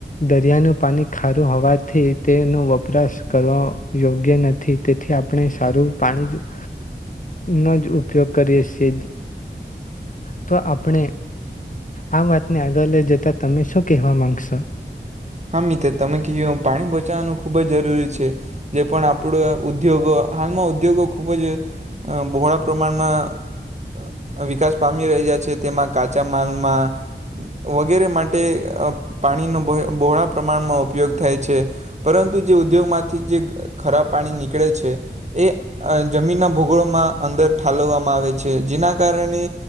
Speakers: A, on the left (about 45°); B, on the right (about 35°).
A: દરિયાનું પાણી ખારું હોવાથી તેનો વપરાશ કરો યોગ્ય નથી તેથી આપણે સારું પાણી હ. નો જ ઉપયોગ કરીએ છીએ જ. તો આપણે આ વાતને આગળ લઈ જતા તમે શું કહેવા માંગશો.
B: હા મિત્ર તમે કહી્યું પાણી બચાવવાનું ખૂબ જ જરૂરી છે જે પણ આપણ ઉદ્યોગો હાલમાં ઉદ્યોગો ખૂબ જ બોળા પ્રમાણમાં વિકાસ પામી રહ્યા છે તેમાં કાચા માલમાં વગેરે માટે પાણીનો બહોળા પ્રમાણમાં ઉપયોગ થાય છે પરંતુ જે ઉદ્યોગમાંથી જે ખરાબ પાણી નીકળે છે એ જમીનના ભૂગોળમાં અંદર ઠાલવવામાં આવે છે જેના કારણે